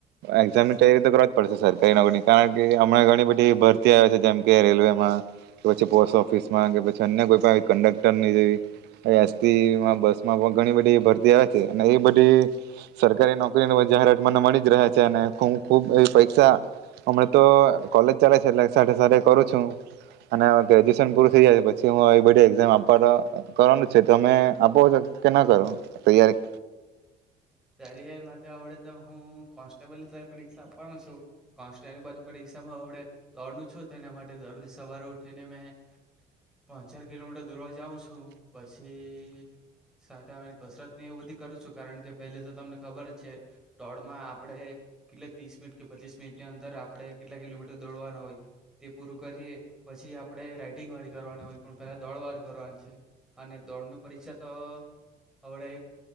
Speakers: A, on the right (about 80°); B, in the centre.
A: એક્ઝામની તૈયારી તો કરવા જ પડશે સર કઈ નગરની કારણ કે હમણાં ઘણી બધી ભરતી આવે છે જેમ કે રેલવેમાં કે પછી પોસ્ટ ઓફિસમાં કે પછી અન્ય કોઈ પણ કન્ડક્ટરની જેવી. એસ થી બસમાં પણ ઘણી બધી ભરતી આવે છે અને એ બધી સરકારી નોકરીની જાહેરાત મને મળી જ રહે છે અને ખ ખુબ એ પરીક્ષા હમણા તો કોલેજ ચાલે છે એટલે સાથે સાથે કરું છું અને ગ્રેજ્યુએશન પૂરું થઈ જાય છે પછી હું બ એામ આપવા તો કરવાનું છે તમે આપો છો કે ના કરો તૈયારી.
B: તરેય મા આવડે તો હું કોન્સ્ટેબલ ની ત પરીક્ષા આપવાનો છું. કોન્સ્ટેયબલ પરીક્ષામાં હવડે દોડું છું તેના માટે દરદી સવારે ઉઠીને મેં પાણ ચાર કિલોમીટર દૂરવા જાઉં છું પછી સાને કસરત એવું બધી કરું છું કારણ કે પહેલી તો તમને ખબર જ છે દોડમાં આપણે કેટલે ત્રીસ મિનિટ કે પચીસ મિનિટની અંદર આપણે કેટલા કિલોમીટર દોડવાના હોય તે પૂરું કરીએ પછી આપણે રાઇટિંગવાળી કરવાની હોય પણ પહેલાં દોડવાર કરવાની છે અને દોડનું પરીક્ષા તો હવડે